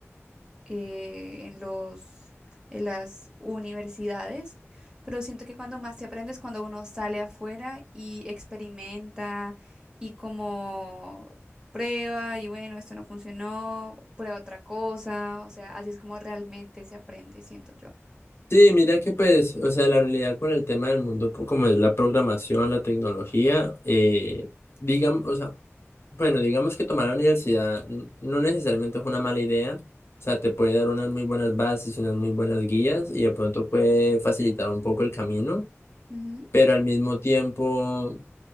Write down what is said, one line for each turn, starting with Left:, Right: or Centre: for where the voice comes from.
Right: eh, en los, en las universidades, pero siento que cuando más te aprendes, cuando uno sale afuera y experimenta y como prueba y bueno, esto no funcionó, prueba otra cosa, o sea, así es como realmente se aprende, siento yo.
Left: Sí, mira que pues, o sea, la realidad con el tema del mundo, po- como es la programación, la tecnología, eh, digamos, o sea, bueno, digamos que tomar la universidad n- no necesariamente es una mala idea, o sea, te puede dar unas muy buenas bases, unas muy buenas guías y de pronto puede facilitar un poco el camino,
Right: Ujú,
Left: pero al mismo tiempo...